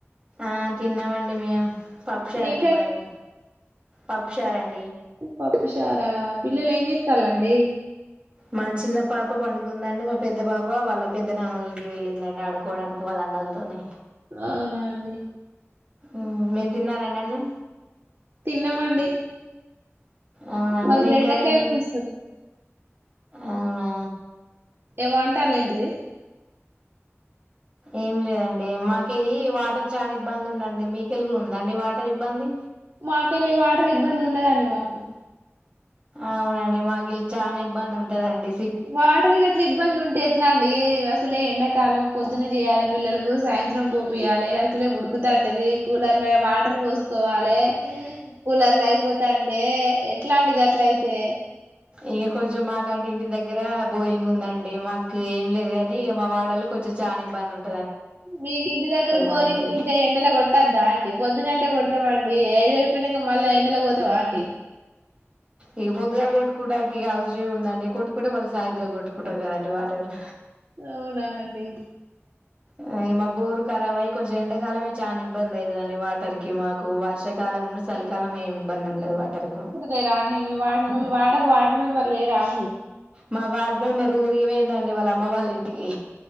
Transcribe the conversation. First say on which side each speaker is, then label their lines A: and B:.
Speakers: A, on the right (about 25°); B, on the right (about 60°).
A: ఆ తిన్నామండి మేము పప్పు చారండి
B: ఏం
A: మాది పప్పు చార్ రాదండి
B: పప్పుషారా పిల్లలు ఏం చేస్తాన్రండి
A: మా చిన్న పాప పండుగందండి మా పెద్ద పాప వాళ్ళ పెద్ద నాన్నలంటికి వెళ్ళిందండి ఆడుకోవడానికి వాళ్ళ పిల్లలతోనే
B: అవునా అండి
A: ఉమ్, మీరు తిన్నారండి అన్నం
B: తిన్నామండి
A: అవునా
B: మాది
A: మీది ఏం
B: బెండకాయ
A: కర్రీ అండి
B: పులుసు
A: అవునా
B: ఏమ అంటాల ఏంటిది
A: ఏ లేదండి మాకెళ్ళి వాటర్ చాలా ఇబ్బంది ఉండండి మీకెలిగు ఉందండి వాటర్ ఇబ్బంది
B: మాకు వెళ్ళి వాటర్ ఇబ్బంది ఉండదండి మాకు
A: అవునండి మాకుళ్ళ చాలా ఇబ్బంది ఉంటదండి
B: వాటర్ గ అట్లా ఇబ్బంది ఉంటే ఎట్లా అండి అసలే ఎండాకాలం పొద్దున చేయాలి పిల్లలకు సాయంత్రం పోపియ్యాలి అసలే ఉడుకుతంటది కూలర్ వాటర్ పో కోవాలి కూలర్లు అయిపోతా అంటే ఎట్లా అండి అట్ల అయితే
A: ఇంక కొంచెం మాకుంటి ఇంటి దగ్గర బోయింగ్ ఉందండి మాకు ఏం లేదు కాగాని ఇక మా వాడలకు కొంచం చాలాబ్బ ఉంటుంది
B: మీకు ఇంటి దగ్గర బోరింగ్
A: కాబట్టి
B: ఉంటే ఎండల కొట్టద్దా అండి పొద్దునంటే కొడతామండి ఏవ ప్పనుక మళ్ళా ఎండలో పోతావా అండి
A: ఇగ పొద్దుగాలు కొట్టుకుంటకి ఇక అవసరం ఉందండి కొట్టుకుంటే వాళ్ళ సాయంత్రం ట్టుకుంటాం కదండి వాటరు
B: అవునా అండి
A: ల మా బోరు కరావయ్ కొంచెం ఎండాకాలమే చానా ఇబ్బంది అయితదండి వాటర్ కి మాకు వర్షాకాలం ను చలికాలం ఏమి ఇబ్బంది ఉండదు వాటర్ కు
B: లేరా అండి మీ వాడు మీ వాడకు వార్డు మెంబర్ లేరా అండి
A: మా వార్డ్ మెంబర్ ఊరి ఒయిందండి వాళ్ళ అమ్మ వాళ్ళ ఇంటికి